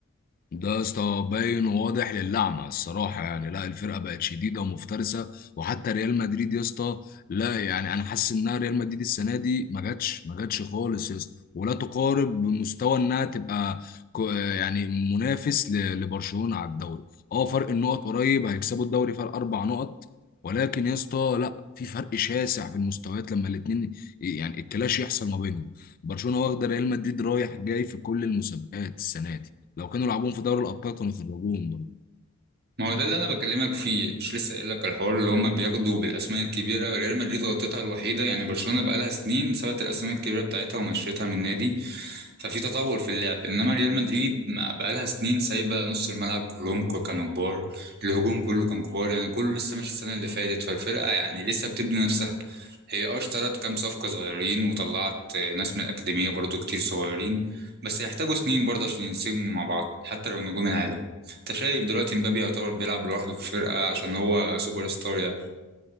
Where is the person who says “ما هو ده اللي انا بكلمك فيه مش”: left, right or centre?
Right